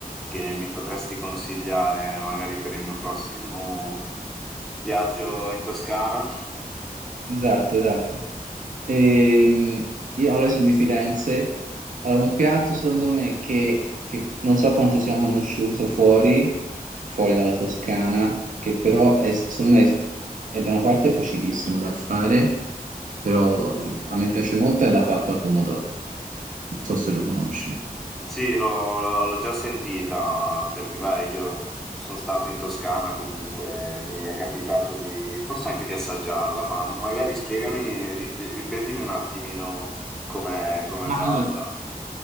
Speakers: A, in the centre; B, on the right.
A: che mi potresti consigliare magari per il mio prossimo viaggio in Toscana?
B: Esatto, esatto. Ehm, io allora io sono di Firenze. Allora, un piatto
A: Mh-mh.
B: secondo me che, che non so quanto sia conosciuto fuori, fuori dalla Toscana, che però è, secondo me è è da una parte facilissimo da fare, però eh, a me piace molto è la pappa al pomodoro. Non so se lo conosci.
A: Sì, l'ho l'ho- l'ho già sentita, perché vai, io sono stato in Toscana comunque, quindi mi è capitato di, forse anche di assaggiarla, ma magari spiegami, ri- ri- ripetimi un attimino com'è com'è
B: Ma
A: fatta.
B: allora,